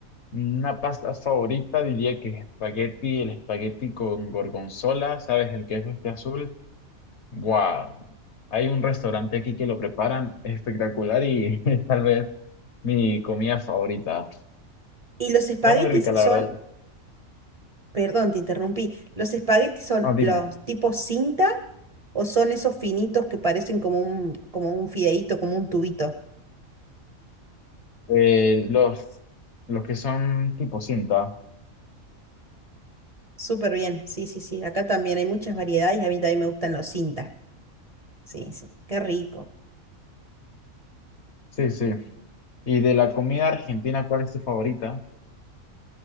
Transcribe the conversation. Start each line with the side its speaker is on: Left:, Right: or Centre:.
Left: Una pasta favorita diría que es espagueti, el espagueti con gorgonzola, ¿sabes? El queso este azul. ¡Buah! Hay un restaurante aquí que lo preparan espectacular y <laughs> es tal vez mi comida favorita.
Right: Y los espaguetis
Left: Está muy rica, la
Right: son,
Left: verdad.
Right: perdón, te interrumpí, ¿los espaguetis son
Left: Ah, dime.
Right: los tipos cinta o son esos finitos que parecen como un, como un fideíto, como un tubito?
Left: Eh, los, los que son tipo cinta.
Right: Súper bien, sí, sí, sí. Acá también hay muchas variedades y a mí también me gustan los cinta. Sí, sí, qué rico.
Left: Sí, sí. ¿Y de la comida argentina, cuál es tu favorita?